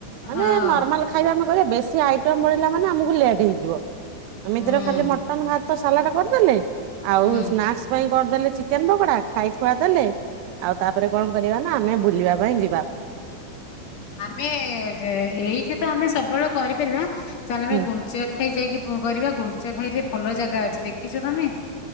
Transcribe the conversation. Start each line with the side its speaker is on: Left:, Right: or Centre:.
Right: ମାନେ
Left: ହଁ
Right: ନର୍ମାଲ ଖାଇବା। କନ କହିଲେ ବେଶୀ ଆଇଟମ ବଢିଲା ମାନେ ଆମକୁ ଲେଟ ହେଇଯିବ। ଏମିତିରେ
Left: ହୁଁ
Right: ଖାଲି ମଟନ୍ ଭାତ ତ ସାଲାଡ କରିଦେଲେ ଆଉ
Left: ହୁଁ
Right: ସ୍ନାକ୍ସ ପାଇଁ କରିଦେଲେ ଚିକେନ ପକଡା ଖାଇ ଖୁଆ ଦେଲେ ଆଉ ତାପରେ କଣ କରିବା ନା ଆମେ ବୁଲିବା ପାଇଁ ଯିବା।
Left: ଆମେ ଯେ ଏଇଠି ତ ଆମେ ସବୁବେଳେ କରିପାରିବା। ଚାଲେ ଆମେ
Right: ହୁଁ
Left: ଗୁନୂଚା ଖାଇ ଯାଇକି ଭୋ କରିବା ଗୁନୂଚା ଖାଇରେ ଭଲ ଜାଗା ଅଛି ଦେଖିଚ ତମେ